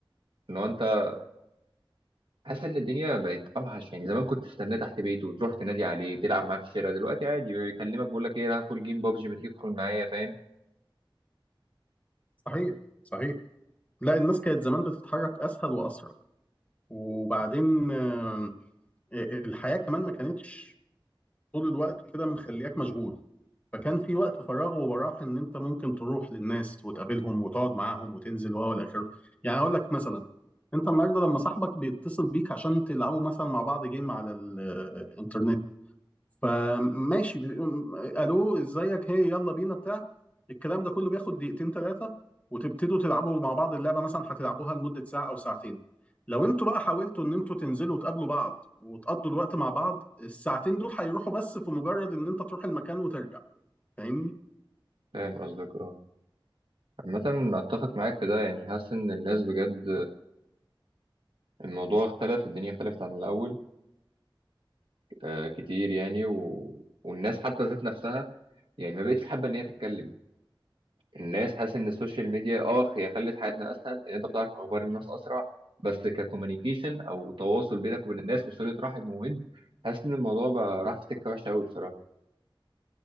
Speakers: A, on the right (about 70°); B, on the left (about 15°).
A: اللي هو انت حاسس ان الدنيا بقت اوحش يعني زمان كنت تستناه تحت بيته وتروح تنادي عليه تلعب معاه في الشارع دلوقتي عادي بيكلمك بيقول لك ايه أنا هدخل جيم بابجي ما تيجي تدخل معايا فاهم
B: صحيح صحيح لا الناس كانت زمان بتتحرك اسهل واسرع وبعدين آم، الحياه كمان ما كانتش طول الوقت كده مخلياك مشغول فكان في وقت فراغ وبراح ان انت ممكن تروح للناس وتقابلهم وتقعد معاهم وتنزل وهو الاخر يعني اقول لك مثلا انت النهارده لما صاحبك بيتصل بيك عشان تلعبوا مثلا مع بعض جيم على ال- الانترنت فماشي بيقوم، الو ازيك هي يلا بينا بتاع الكلام ده كله بياخد دقيقتين ثلاثه وتبتدوا تلعبوا مع بعض اللعبه مثلا هتلعبوها لمده ساعه او ساعتين لو انتوا بقى حاولتوا ان انتوا تنزلوا وتقابلوا بعض وتقضوا الوقت مع بعض الساعتين دول هيروحوا بس في مجرد ان انت تروح المكان وترجع فاهمني
A: فاهم قصدك اه عامة اتفق معاك في ده يعني حاسس ان الناس بجد الموضوع اختلف الدنيا اختلفت عن الاول آه كتير يعني و... والناس حتى ذات نفسها يعني ما بقتش حابة ان هي تتكلم الناس حاسس ان السوشيال ميديا اه هي خلت حياتنا اسهل ان انت بتعرف اخبار الناس اسرع بس ككوميونيكيشن او تواصل بينك وبين الناس وصله رحم وود حاسس ان الموضوع بقى راح في سكه وحشه قوي بصراحه